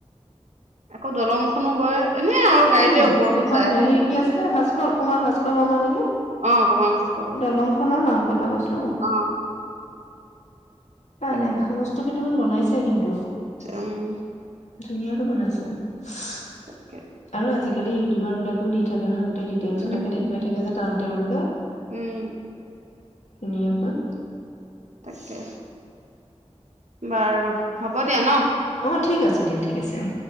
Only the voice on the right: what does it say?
আকৌ দলংখনো গৈ এনেই আৰু গাড়ীতে
ওপৰৰ পৰা
চাই
আহিলো
অ কুমাৰ ভাস্কৰ পৰা
অ।
তাকে
উম।
<unintelligible>
উম
উম
উম
তাকে, বাৰু হ'ব দিয়া ন'।